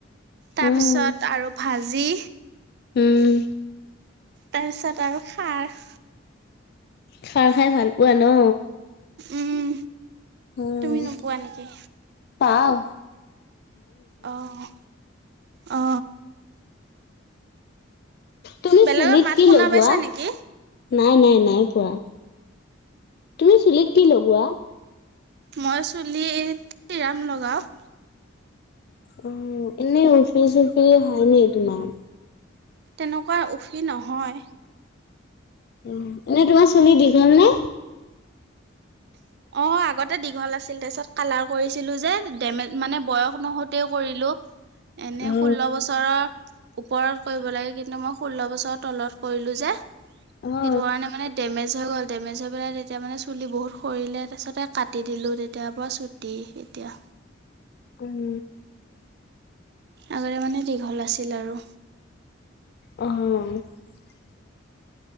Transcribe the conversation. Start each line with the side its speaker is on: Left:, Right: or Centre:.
Right: তাৰপিছত
Left: উম
Right: আৰু ভাজি
Left: উম
Right: তাৰপিছত আৰু খাৰ।
Left: খাৰ খাই ভাল পোৱা ন?
Right: উম
Left: উম
Right: তুমি নোপোৱা নেকি
Left: পাওঁ।
Right: আহ অ
Left: তুমি
Right: বেলেগৰ
Left: চুলিত
Right: মাত
Left: কি
Right: শুনা
Left: লগোৱা?
Right: পাইছা নেকি
Left: নাই নাই নাই পোৱা তুমি চুলিত কি লগোৱা?
Right: মই চুলিত চিৰাম লগাও।
Left: উম, এনেই উফি-চুফি হয় নি তোমাৰ?
Right: তেনেকুৱা উফি নহয়।
Left: উম, এনেই তোমাৰ চুলি দীঘল নে?
Right: অ', আগতে দীঘল আছিল। তাৰপিছত কালাৰ কৰিছিলো যে, ডেমেজ, মানে বয়স নহওঁতেই কৰিলো, এনে
Left: অ
Right: ষোল্ল বছৰৰ ওপৰত কৰিব লাগে কিন্তু মই ষোল্ল বছৰ তলত কৰিলোঁ যে,
Left: অ
Right: সেইটো কাৰণে মানে ডেমেজ হৈ গ'ল ডেমেজ হৈ পেলায় তেতিয়া মানে চুলি বহুত সৰিলে তাৰপিছতে কাটি দিলোঁ তেতিয়াৰ পৰা চুটি এতিয়া।
Left: উম।
Right: আগতে মানে দীঘল আছিল আৰু।
Left: অহ।